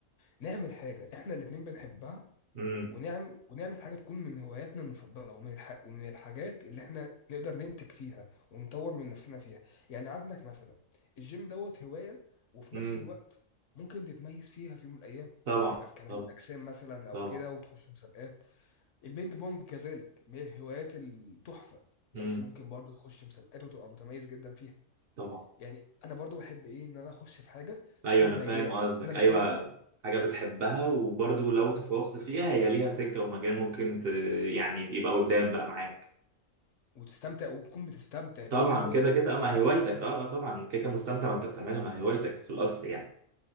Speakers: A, on the left (about 70°); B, on the right (about 55°).
A: نعمل حاجة احنا الاتنين بنحبها
B: امم
A: ونعمل ونعمل حاجة تكون من هواياتنا المفضلة ومن الح... ومن الحاجات اللي احنا نقدر ننتج فيها ونطور من نفسنا فيها يعني عندك مثلا الجيم دوت هواية وفي
B: امم
A: نفس الوقت ممكن تتميز فيها في يوم من الأيام
B: طبعا
A: تبقى في كمال
B: طبعا
A: الأجسام مثلا أو
B: طبعا
A: كده وتخش مسابقات البينج بونج كذلك من الهوايات التحفة بس
B: امم
A: ممكن برضه تخش مسابقات وتبقى متميز جدا فيها
B: طبعا
A: يعني أنا برضه بحب إيه إن أنا أخش في حاجة
B: ايوه
A: تكون
B: انا
A: مجال
B: فاهم قصدك
A: أنا بحبه
B: ايوه حاجه بتحبها وبرضو لو تفوقت فيها هي ليها سكه ومجال ممكن ت... يعني يبقى قدام بقى معاك
A: وتستمتع وتكون بتستمتع بيها
B: طبعا
A: ولو
B: كده كده آه، ما
A: قعدت
B: هي هوايتك
A: فيها
B: اه آه، طبعا كده كده مستمتع وانت بتعملها ما هي هوايتك في الاصل يعني